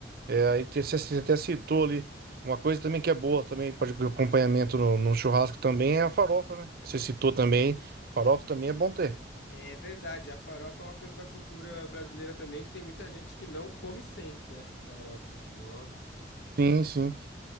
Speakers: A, on the right; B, on the left.
A: É, aí te- você, você até citou ali. Uma coisa também que é boa também para acompanhamento no, no churrasco também é a farofa, né? Você citou também. Farofa também é bom ter.
B: É verdade, a farofa é uma coisa da cultura brasileira também, que tem muita gente que não come sem, né? Farofa, nossa,
A: Sim, sim.